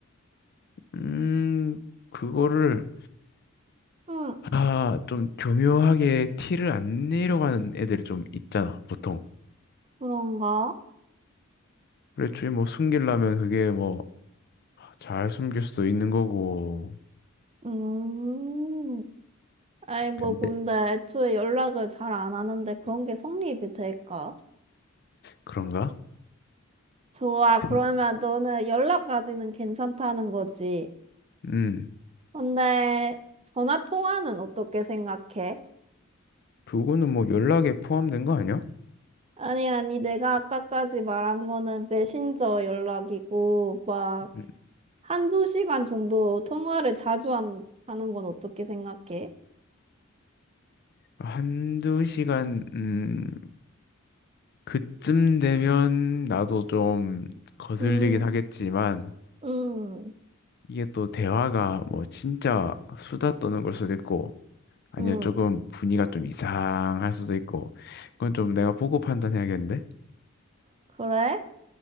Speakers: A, on the left; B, on the right.
A: 음, 그거를
B: 응,
A: 아, 좀 교묘하게 티를 안 내려가는 애들이 좀 있잖아, 보통.
B: 그런가?
A: 그래, 주뭐 숨기려면 그게 뭐 잘 숨길 수도 있는 거고.
B: 음. 아이, 뭐,
A: 근데
B: 근데 애초에 연락을 잘 안 하는데 그런 게 성립이 될까?
A: 그런가?
B: 좋아, 그러면
A: 근-
B: 너는 연락까지는 괜찮다는 거지.
A: 음.
B: 근데 전화 통화는 어떻게 생각해?
A: 그거는 뭐 연락에 포함된 거 아니야?
B: 아니, 아니, 내가 아까까지 말한 거는 메신저 연락이고, 막,
A: 음,
B: 한두 시간 정도 통화를 자주 한, 하는 건 어떻게 생각해?
A: 한두 시간 음 그쯤 되면 나도 좀 거슬리긴
B: 음,
A: 하겠지만
B: 음,
A: 이게 또 대화가 뭐 진짜 수다 떠는 걸 수도 있고 아니면
B: 음,
A: 조금 분위기가 좀 이상할 수도 있고 그건 좀 내가 보고 판단해야겠는데?
B: 그래?